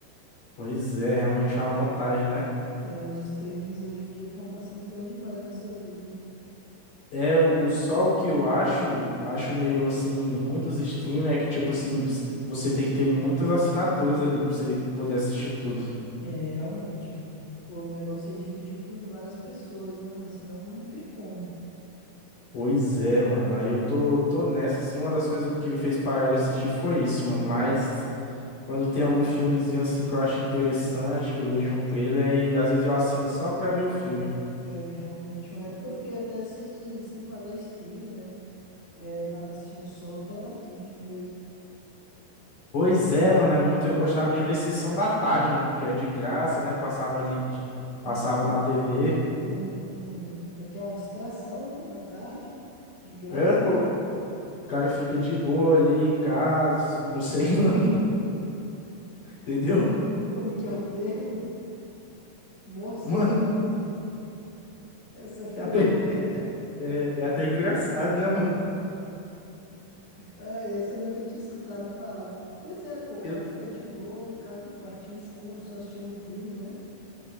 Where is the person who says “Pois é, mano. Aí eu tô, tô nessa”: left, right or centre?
Left